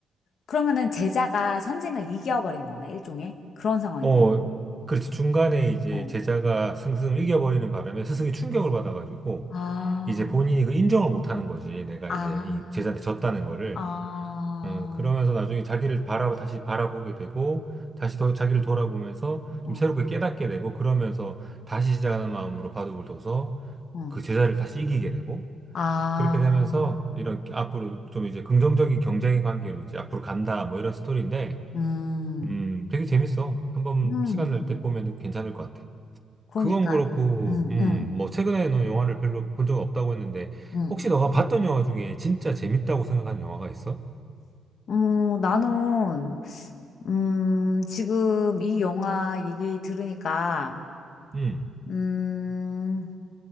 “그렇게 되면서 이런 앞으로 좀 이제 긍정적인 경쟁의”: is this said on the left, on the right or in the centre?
Right